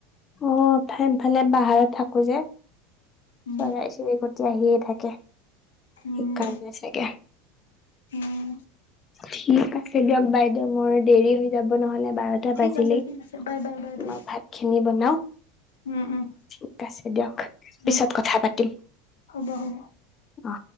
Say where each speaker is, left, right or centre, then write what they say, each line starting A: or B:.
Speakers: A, on the left; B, on the left.
A: অ লফালে বাহাৰত থাকো যে
B: উম
A: চৰাই চিৰিকটি তি আহিয়ে থাকে
B: উম
A: স কাৰনে চগে
B: উম
A: ঠিকে দিয়ক বাইদেউ মোৰ দেৰি হৈ যাব নহ'লে বাৰটা
B: ঠিক
A: বাজিলেই
B: আছে ঠিক আছে বাই বাই বাই
A: তোমাৰ
B: বাই
A: ভাত খিনি বনাও
B: উম উম
A: ঠিক আছে দিয়ক পিছত
B: উম
A: কথা পাতিম
B: হ'ব হ'ব।
A: অ